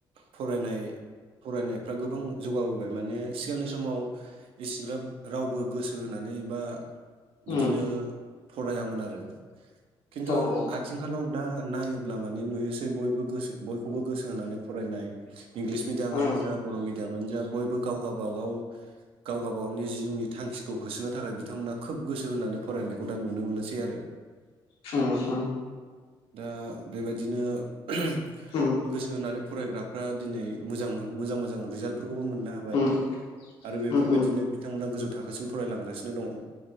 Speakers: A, on the right (about 75°); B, on the left (about 85°).
A: फरायनाय फरायनायफ्रा गोबां जौगाबोबाय माने सिगांनि समाव इसिग्राब रावबो गोसो होनानै बा बिदिनो
B: उम
A: फरायामोन आरो <unintelligible> खिन्थु
B: औ औ
A: आथिंखालाव दा नायोब अब्ला माने नुयोसै बयबो गोसो बयखौबो गोसो होनानै फरायनाय इंलिस मिडियामानो
B: उम
A: जा बर' मिडियामानो जा बय गाव गाबा गाव गावगाबा गावनि जिउनि थांखि खौ होसोनो थाखाय बिथांमोना खोब गोसो होनानै फरायनायखौ दा नुनो मोनोसै आरो
B: होम हो
A: दा बेबायदिनो <unintelligible>
B: उम
A: गोसो होनानै। फरायग्राफ्रा दिनै मोजां मोजां मोजां रिजालत । फोरखौबो मोननो हाबाय
B: उम
A: आरो बेफोरबायदिनो
B: उम
A: बिथांमोना गोजौ थाखोसिम फरायलांगासिनो दङ